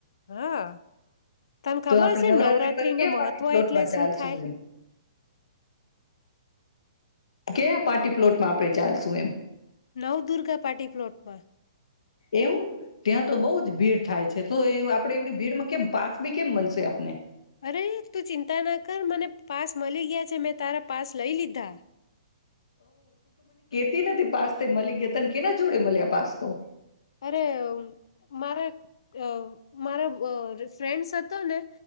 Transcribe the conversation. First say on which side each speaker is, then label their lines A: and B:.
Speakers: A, on the left; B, on the left.
A: હા, તને ખબર
B: આપડે
A: છે નવરાત્રી
B: પર
A: નો
B: કયા
A: મહત્વ
B: પાર્ટી પ્લોટમાં
A: એટલે શું
B: ચાલશું
A: થાય?
B: એમ કેયા પાર્ટી પ્લોટમાં આપણે ચાલશું એમ?
A: નવદુર્ગા પાર્ટી પ્લોટ મા.
B: એવું, ત્યાં તો બહુ જ ભીડ થાય છે, તો એવ આપડે એવડી ભીડમાં કેમ પાસ બી કેમ મલશે આપને?
A: અરે! તું ચિંતા ના કર મને પાસ મલી ગ્યા છે, મેં તારા પાસ લઈ લીધા.
B: કે નથી પાસ તે મલી ગ્યા તને કેના જોડે મલ્યા પાસ તો?
A: અરે, મારા અ મારા અ ફ્રેન્ડ સર્ક તોને